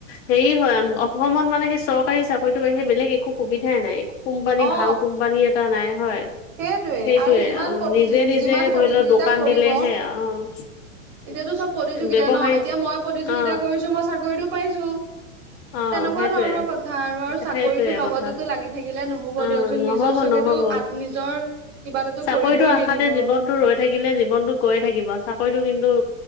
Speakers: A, on the left; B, on the right.
A: হেৰি হয় অসমত মানে সেই চৰকাৰী চাকৰিতো বাহিৰে বেলেগ একো সুবিধাই নাই, একো কোম্পানী
B: অ
A: ভাল কোম্পানী এটা নাই হয়।
B: সেইটোৱে
A: সেইটোয়ে
B: যিমান
A: আৰু
B: প্ৰতিযো
A: নিজে নিজে
B: যিমান প্ৰতিযোগিতা
A: ধৰি লও দোকান
B: কৰিব
A: দিলেহে অ'।
B: এতিয়াতো চব প্ৰতিযোগিতা
A: ব্যৱসায়ী
B: ন, এতিয়া মই প্ৰতিযোগিতা
A: অ
B: কৰিছো মই চাকৰিটো পাইছো।
A: অ
B: তেনেকুৱা
A: সেইটোৱে
B: ধৰণৰ কথা আৰু আৰু চাকৰিতো
A: সেইটোৱে
B: লগতেতো
A: কথা
B: লাগি থাকিলে নহব
A: অ
B: দিয়ক যোন
A: নহব
B: নিজস্বকে
A: নহব
B: নিজৰ কিবা এটাতো
A: চাকৰিটো
B: কৰিবই
A: আশাতে
B: লাগিব
A: জীৱনটো ৰৈ থাকিলে জীৱনটো গৈয়ে থাকিব চাকৰিতটো কিন্তু